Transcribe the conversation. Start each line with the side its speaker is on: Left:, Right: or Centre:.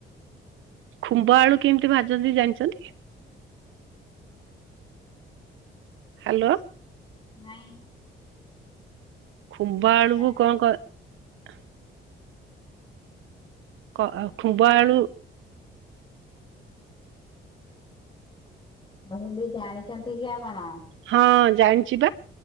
Right: ଖୁମ୍ବ ଆଳୁ କେମିତି ଭାଜନ୍ତି ଜାଣିଛନ୍ତି? <inaudible> ହ୍ୟାଲୋ
Left: ନାଇଁ।
Right: ଖୁମ୍ବା ଆେଳକୁ
Left: ଜାଣିଛନ୍ତି
Right: କଣ କର କ
Left: କାଲି ଜାଣିଛନ୍ତି
Right: କୁମ୍ଭ ଆଳୁ।
Left: କି? କହିଲି ଜାଣିଛନ୍ତି କି ଆପଣ
Right: ହଁ ଜାଣିଛି ବା